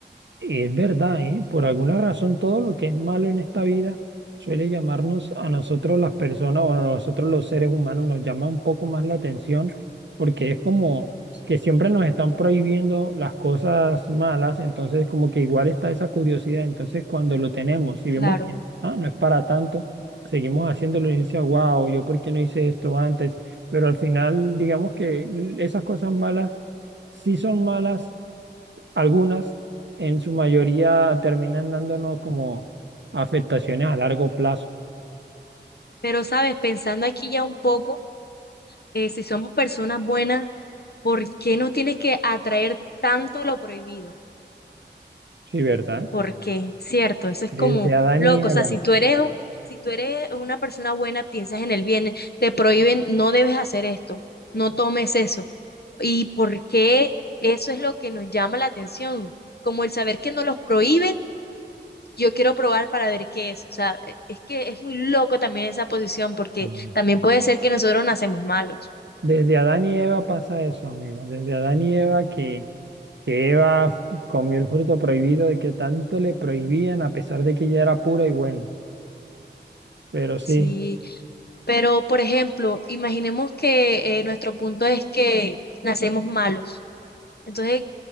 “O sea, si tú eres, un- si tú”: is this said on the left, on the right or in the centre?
Left